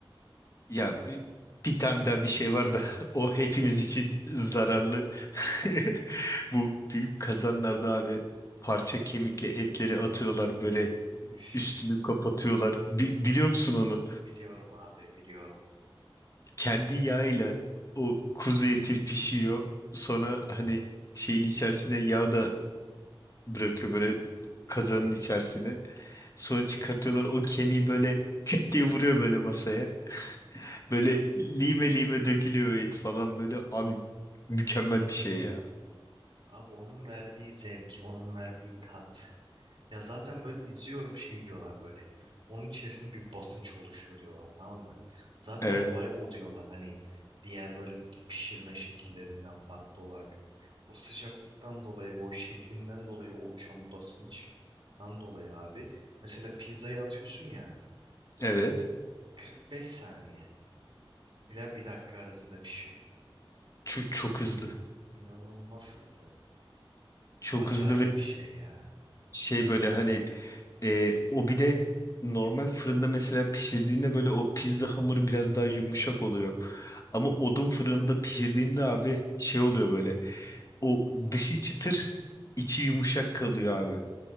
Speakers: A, on the left (about 35°); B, on the right (about 60°).
A: ya bir, bir tane daha bir şey var da <laughs> o hepimiz için zararlı. <laughs> Bu büyük kazanlarda abi parça kemikle etleri atıyorlar böyle
B: Üf.
A: üstünü kapatıyorlar. Bi- biliyor musun onu?
B: Biliyorum abi biliyorum.
A: Kendi yağıyla o kuzu eti pişiyor. Sonra hani şeyin içerisine yağ da bırakıyor böyle kazanın içerisine. Sonra çıkartıyorlar o kemiği böyle küt diye vuruyor böyle masaya. Böyle lime lime dökülüyor o et falan böyle abi mükemmel bir şey ya.
B: Abi onun verdiği zevk, onun verdiği tat. Ya zaten böyle izliyorum şey diyorlar böyle. Onun içerisinde bir basınç oluşuyor diyorlar tamam mı? Zaten
A: Evet,
B: olay o diyorlar hani diğer böyle pişirme şekillerinden farklı olarak. O sıcaklıktan dolayı ve o şeklinden dolayı oluşan basınçtan dolayı abi. Mesela pizzayı atıyorsun ya
A: evet.
B: 45 saniye ila bir dakika arasında pişiyor.
A: Çok çok hızlı.
B: İnanılmaz hızlı.
A: Çok
B: Acayip
A: hızlı ve
B: bir şey ya.
A: şey böyle hani e, o bir de normal fırında mesela pişirdiğinde böyle o pizza hamuru biraz daha yumuşak oluyor. Ama odun fırında pişirdiğinde abi şey oluyor böyle. O dışı çıtır, içi yumuşak kalıyor abi.